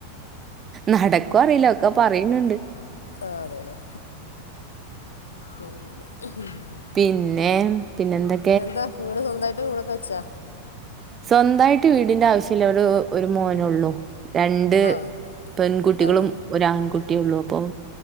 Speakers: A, on the right (about 25°); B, on the left (about 70°).
A: നടക്കോ അറിയില്ല ഒക്കെ പറയ്ണണ്ട്
B: ആ അതെല്ലേ <unintelligible>
A: പിന്നെ പിന്നെന്തൊ
B: എന്താ വീട് സ്വന്തായിട്ട് വീടൊക്കെ വെച്ചാ
A: സ്വന്തായിട്ട് വീടിന്റെ ആവശ്യല്ല ഒരു ഒരു മോനോള്ളൂ രണ്ട്
B: ആ
A: പെൺകുട്ടികളും
B: ആഹ്
A: ഒരാൺകുട്ടിയുള്ളു അപ്പം